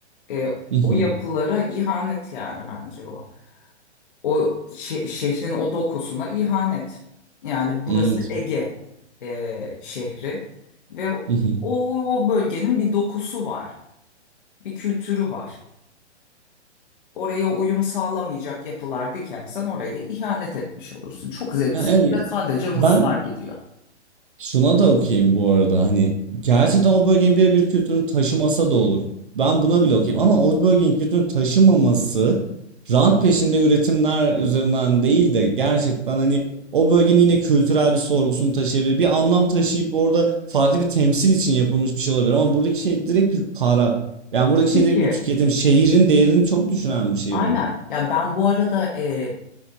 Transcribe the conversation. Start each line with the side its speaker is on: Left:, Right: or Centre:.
Left: e,
Right: <laughs>
Left: o yapılara ihanet yani bence o. O şe- şehrin o dokusuna ihanet. Yani
Right: Hmm,
Left: burası Ege e, şehri ve o,
Right: hı hı.
Left: o bölgenin bir dokusu var, bir kültürü var. Oraya uyum sağlamayacak yapılar dikersen oraya ihanet etmiş olursun. Çok zevksiz
Right: Ya, evet,
Left: ve sadece Ruslar
Right: ben
Left: gidiyor.
Right: şuna da okeyim bu arada hani gerçekten o bölgenin birebir kültürünü taşımasa da olur. Ben buna bile okeyim ama o bölgenin kültürünü taşımaması rant peşinde üretimler üzerinden değil de gerçekten hani o bölgenin yine kültürel bir sorgusunu taşıyabilir. Bir anlam taşıyıp orada farklı bir temsil için yapılmış bir şey olabilir ama buradaki şey direkt bir para. Yani buradaki
Left: Tabii
Right: şey direkt
Left: ki.
Right: bir tüketim. Şehrin değerini çok düşüren bir şey
Left: Aynen.
Right: bu.
Left: Ya ben bu arada e,